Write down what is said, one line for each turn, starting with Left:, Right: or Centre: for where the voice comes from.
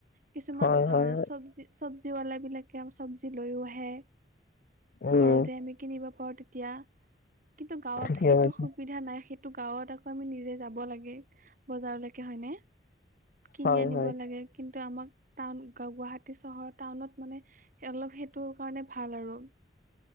Right: কিছুমান
Left: হয়
Right: অ
Left: হয় হয়
Right: চবজি। চবজিৱলা বিলাকে চব্জি লৈও আহে
Left: উম
Right: ঘৰতে আমি। কিনিব পাৰোঁ তেতিয়া কিন্তু গাঁওত
Left: ঠিকে
Right: সেইটো
Left: কৈছে
Right: সুবিধা নাই। টো গাঁৱত আকৌ আমি নিজে যাব লাগে বজাৰলৈকে হয়নে। কিনি
Left: হয়
Right: আনিব
Left: হয়
Right: লাগে কিন্তু আমাক। টাউন গুৱাহাটী চহৰ টাউনত মানে অলপ সেইটো কাৰণে ভাল আৰু।